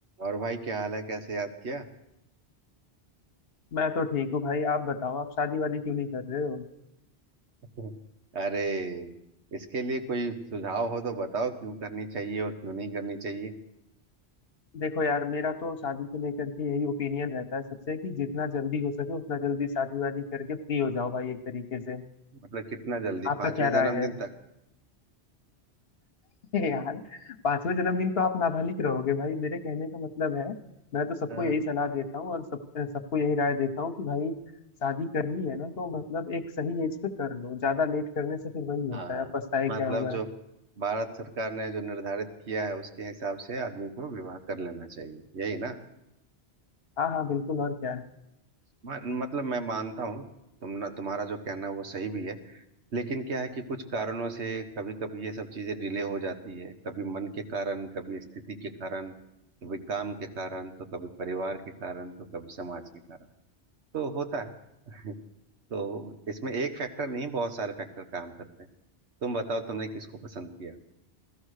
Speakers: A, on the right; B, on the left.
A: और भाई क्या हाल है कैसे याद किया
B: मैं तो ठीक हूँ भाई आप बताओ आप शादी वादी क्यों नहीं कर रहे हो
A: <laughs> अरे इसके लिए कोई सुझाव हो तो बताओ क्यों करनी चाहिए और क्यों नहीं करनी चाहिए
B: देखो यार मेरा तो शादी को लेकर के यही ओपिनियन रहता है सबसे कि जितना जल्दी हो सके उतना जल्दी शादी वादी करके फ्री हो जाओ भाई एक तरीके से
A: मतलब कितना जल्दी
B: आपका
A: पांचवें
B: क्या
A: जन्मदिन
B: राय है
A: तक
B: <laughs> यार पांचवें जन्मदिन तो आप नाबालिग रहोगे भाई मेरे कहने का मतलब है मैं तो सबको
A: अ,
B: यही सलाह देता हूँ और सब सबको यही राय देता हूँ कि भाई शादी करनी है ना तो मतलब एक सही एज पे कर लो ज्यादा लेट करने से फिर वही होता
A: हाँ हाँ
B: है पछताए
A: मतलब
B: क्या हुआ
A: जो
B: है
A: भारत सरकार ने जो निर्धारित किया है उसके हिसाब से आदमी को विवाह कर लेना चाहिए यही ना
B: हाँ हाँ बिल्कुल और क्या
A: म- मतलब मैं मानता हूँ तुम ना, तुम्हारा जो कहना है वो सही भी है लेकिन क्या है कि कुछ कारणों से कभी कभी ये सब चीजें डिले हो जाती है कभी मन के कारण कभी स्थिति के कारण कभी काम के कारण तो कभी परिवार के कारण तो कभी समाज के कारण तो होता है <laughs> तो इसमें एक फैक्टर नहीं बहुत सारे फैक्टर काम करते हैं तुम बताओ तुमने किसको पसंद किया